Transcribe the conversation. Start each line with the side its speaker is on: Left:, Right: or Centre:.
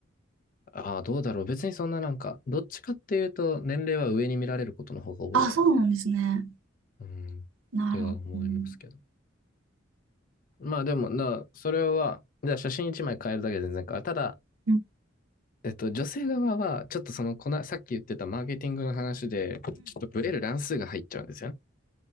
Left: <laughs> ああ、どうだろう。別にそんななんか、どっちかっていうと年齢は上に見られることの方が多いかな。
Right: <laughs> あ、そうなんですね。
Left: うん、
Right: なるほど。
Left: とは思いますけど。
Right: うん。
Left: まあでもな、それは、じゃあ写真一枚変えるだけで全然変わる。ただ、
Right: うん。
Left: えっと、女性側は、ちょっとその、こな、さっき言ってたマーケティングの話で、ちょっとブレる乱数が入っちゃうんですよね。っ